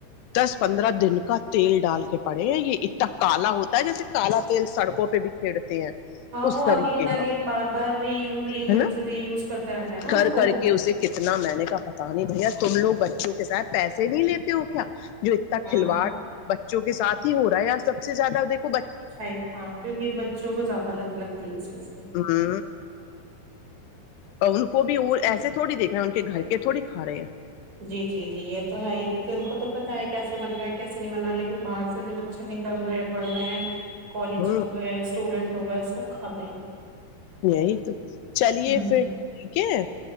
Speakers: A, on the left; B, on the right.
A: دس پندرہ دن کا تیل ڈال کے پڑے ہیں یہ اتنا کالا ہوتا ہے جیسے کالا تیل سڑکوں پہ بھی کھیڑتے ہیں
B: ہاں
A: اس
B: وہ
A: طریقے
B: اگین اگین
A: کا
B: بار بار ری یوز ری یوز
A: ہے نا
B: ری یوز کرتے رہتا ہے نا
A: کر
B: اس کو
A: کر
B: وہ
A: کے اسے کتنا میں نے کا پتا نہیں بھیا لوگ بچوں کے ساتھ پیسے نہیں لیتے ہو کیا جو اتنا
B: ہاں
A: کھلواڑ ب جو کہ سھ ہی ہو رہا ہے ار سب سے زیادہیک
B: اھ ہاں کیونکہ بچوں کو زیادہ لت لگتی ہے اس چیز سے
A: ہ اور ان کو بھی اور ایسا تھوڑی دیکھ رہے ہیں ان کے گھر کے تھوڑی کا رہے ہیں
B: جی جی جی یہ تو ہے ہی کیونکہ ان کو تو پتا ہے کیسے بن رہا ہے کیسے نہیں بن رہا لیکن باہر سے جو بچے نکل رہے بڑھ رہے ہیں کالج
A: ہوں
B: کیا ہوا ہے اسٹوڈنٹ لگ سب کھاتے ہیں
A: یہی تو چلیے
B: ہوں
A: پھر ٹھیک ہے